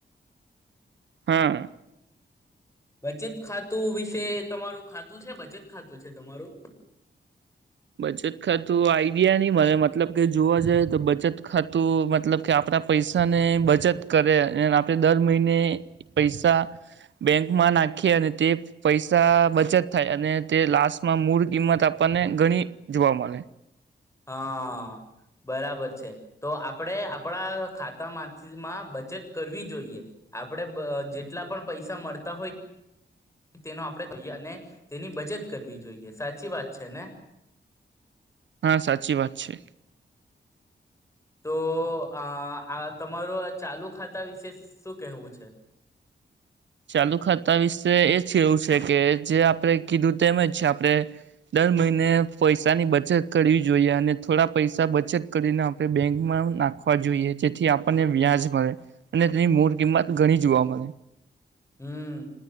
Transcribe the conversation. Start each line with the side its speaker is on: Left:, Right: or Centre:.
Right: હા
Left: બચત ખાતું વિશે તમારું ખાતું છે બચત ખાતું છે તમારું
Right: બચત ખાતું આઈડિયા ની મને મતલબ કે જોવા જઈએ તો બચત ખાતું મતલબ કે આપણા પૈસાને બચત કરે અને આપણે દર મહિને પૈસા બેંકમાં નાખીએ અને તે પૈસા બચત થાય અને તે લાસ્ટમાં મૂળ કિંમત આપણને ઘણી જોવા મળે
Left: હા, બરાબર છે તો આપણેે આપણા ખાતામાંથીમાં બચત કરવી જોઈએ આપણે જેટલા પણ પૈસા મળતા હોય તેનો આપણેએ અને તેની બચત કરવી જોઈએ સાચી વાત છે ને
Right: હા, સાચી વાત છે
Left: તો આ આ તમારું ચાલુ ખાતા વિશે શું કેહેવું છે
Right: ચાલુ ખાતા વિશે એ એવું છે કે જે આપણે કીધું તેમ જ આપણે દર મહિને પૈસાની બચત કરવી જોઈએ અને થોડા પૈસા બચત કરીને આપણે બેંકમાં નાખવા જોઈએ જેથી આપણને વ્યાજ મળે અને તેની મૂળ કિંમત ઘણી જોવા મળે
Left: હમ,